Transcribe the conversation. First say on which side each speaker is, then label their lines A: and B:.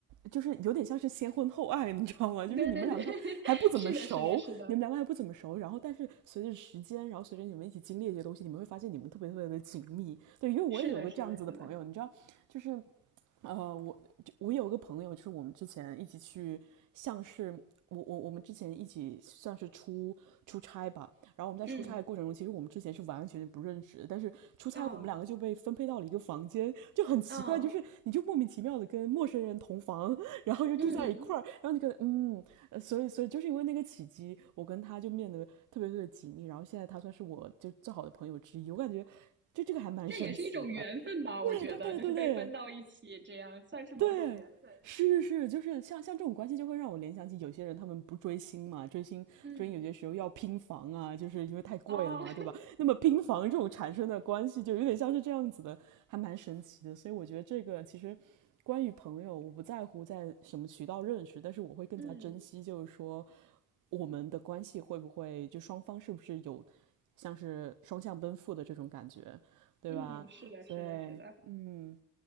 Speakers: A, on the right; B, on the right.
A: 就是有点像是先婚后爱，你知道吗？就是你们两个还不怎么熟，
B: 对对对，<laughs> 是的，是的，是的，
A: 你们两个还不怎么熟，然后但是随着时间，然后随着你们一起经历这些东西，你们会发现你们特别特别的紧密。对，因为我也有个这样子的朋友，
B: 是的，是的，是的，
A: 你知道，就是呃，我就我有个朋友，就是我们之前一起去，像是我我我们之前一起算是出出差吧。然后我们在出差的过程中，
B: 嗯。
A: 其实我们之前是完完全全不认识的，但是出差我们两个就被分配到了一个房间，
B: 嗯
A: 就很奇怪，
B: 嗯
A: 就是你就莫名其妙的跟陌生人同房，然后又住在一块儿，
B: 嗯，
A: 然后你可能嗯，呃所以所以就是因为那个契机，我跟他就变得特别特别紧密。然后现在他算是我就最好的朋友之一，我感觉就这个还蛮神奇的。
B: 这也是一种缘分吧？我觉得，
A: 对对对对对。
B: 就是被分到一起，这样算是某种缘分。
A: 对，是是是，就是像像这种关系，就会让我联想起有些人他们不追星嘛，追星追星有些时候要拼房啊，
B: 嗯，
A: 就是因为太贵了嘛，
B: 哦，
A: 对吧？那么拼房这种产生的关系，就有点像是这样子的，还蛮神奇的。所以我觉得这个其实。关于朋友，我不在乎在什么渠道认识，但是我会更加珍惜，
B: <laughs> 嗯
A: 就是说我们的关系会不会就双方是不是有像是双向奔赴的这种感觉，对吧？
B: 嗯，是的，
A: 所以，
B: 是的，是的。
A: 嗯。